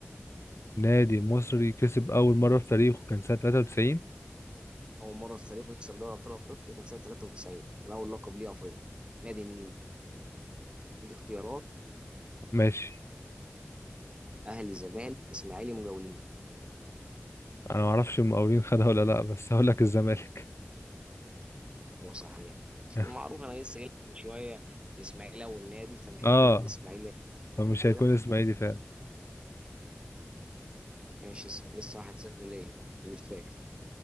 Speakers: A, on the left (about 80°); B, on the right (about 25°).
A: نادي مصري كسب أول مرة في تاريخه كان سنة 93
B: أول مرة في تاريخه يكسب دوري أبطال أفريقيا كان سنة 93 كان أول لقب ليه أفريقيا نادي مين؟ هديك اختيارات
A: ماشي
B: أهلي زمالك إسماعيلي مجاولين
A: أنا معرفش المقاولين خدها ولا لأ بس هقول لك الزمالك
B: هو صحيح
A: <laughs>
B: المعروف أنا لسه قايل لك من شوية الإسماعيلي أول نادي فمش
A: آه
B: هيكون الإسماعيلي
A: فمش
B: قبل كده
A: هيكون إسماعيلي فعلا
B: ماشي اسأل لسه 1-0 ليا اللي فاكر